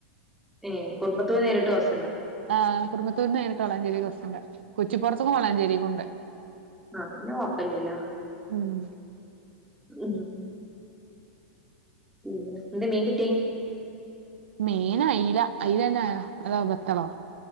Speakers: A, in the centre; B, on the right.
A: ഏ <unintelligible> നേരിട്ട് ബസ്സ്‌
B: ആ കുറുമത്തൂരിന്ന് നേരിട്ട് വളാഞ്ചേരിക്ക് ബസ്സുണ്ട് കുറ്റിപ്പുറത്ത് ക്കും വളാഞ്ചേരിക്ക്ണ്ട്.
A: ആ അപ്പേന്നെ കോപ്പല്ലല്ലോ?
B: ഉം
A: ഉം പിന്നെ എന്തേ മീൻകട്ടി?
B: മീന് അയ്ല അയ്ലെന്നെ അതോ ബത്തളോ?